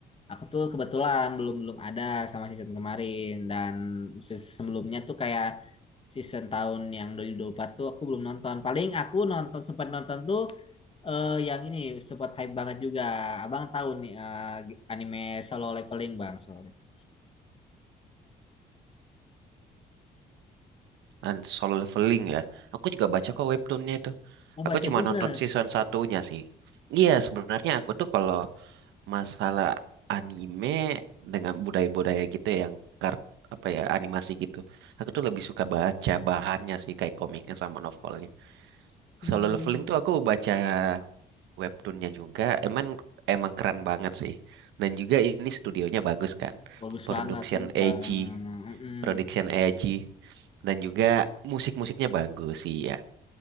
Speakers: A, on the left; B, on the right.
A: aku tuh kebetulan belum-belum ada sama season kemarin. Dan season sebelumnya tuh kayak season tahun yang dua dua ribu dua puluh empat tuh aku belum nonton. Paling aku nonton, sempat nonton tuh eh, yang ini, sempat hype banget juga. Abang tahu nih eh, anime Solo Leveling, Bang. Solo Leveling.
B: Nah, solo leveling ya. Aku juga baca kok webtoonnya itu.
A: Mau
B: Aku
A: baca
B: cuma
A: juga.
B: nonton season satunya sih. Iya, sebenarnya aku tuh kalau masalah anime dengan budaya-budaya gitu ya, yang kart apa ya animasi gitu. Aku tuh lebih suka baca bahannya sih kayak komiknya sama novelnya.
A: hmm
B: Solo leveling tuh aku baca webtoonnya juga emang emang keren banget sih dan juga ini studionya bagus kan
A: bagus
B: production
A: banget sumpah,
B: AG
A: mhm,
B: production AG dan juga musik-musiknya bagus sih ya